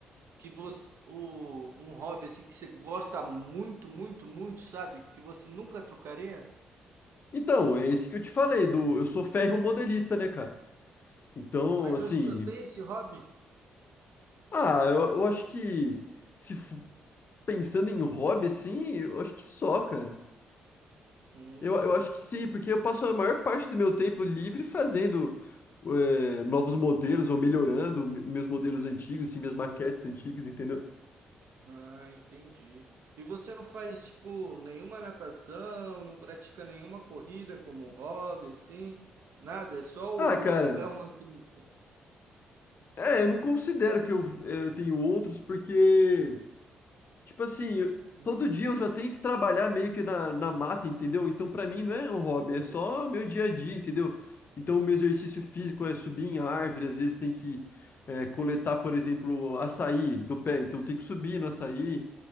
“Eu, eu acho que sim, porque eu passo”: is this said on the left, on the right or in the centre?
Left